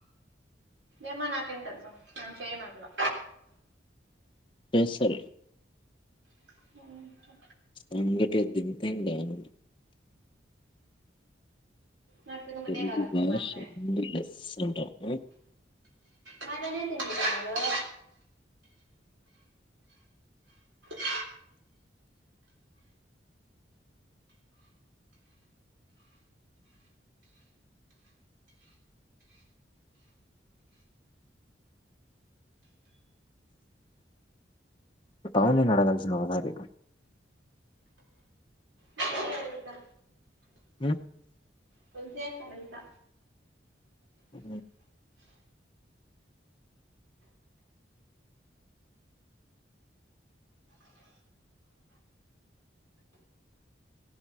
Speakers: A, on the right; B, on the left.
A: ఏమో నాకేం తెలుసు మేం చెయ్యం అట్లా
B: కేసరీ
A: <unintelligible> నికే
B: సంగట దింపిథింగ్ డౌనుడు
A: నాకు తినబుద్దె
B: తెలుగు
A: కాదు అసలు
B: భాష
A: మక్కాయే
B: ముందు లెస్స అంటాం. హ్మ్.
A: మటనే తిన్ బుద్ది కాదు అ <inaudible>
B: ఊ టవును నిన్ను అడగాల్సిన ఒక టాపిక
A: నేనే అడుగుతా
B: ఉ
A: కొలుసే కడుగుతా
B: ఊ